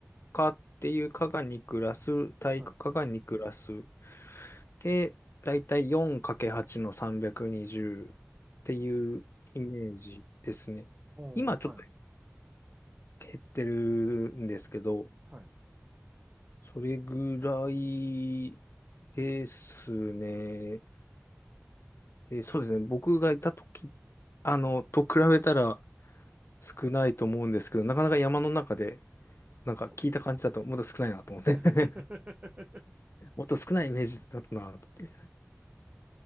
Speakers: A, on the left (about 60°); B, on the right (about 30°).
A: 科っていう科が2クラス、体育科が2クラス。
B: はい。
A: で、だいたい 4×8 の320っていうイメージですね。
B: おーはい。
A: 今ちょっと減ってるんですけど、
B: はい。
A: それぐらいですね。で、そうですね。僕がいたときあの、と比べたら少ないと思うんですけど、なかなか山の中で、なんか聞いた感じだと、
B: そ、
A: もっと少ないなと思って。
B: <laughs>
A: <laughs> もっと少ないイメージだったなって。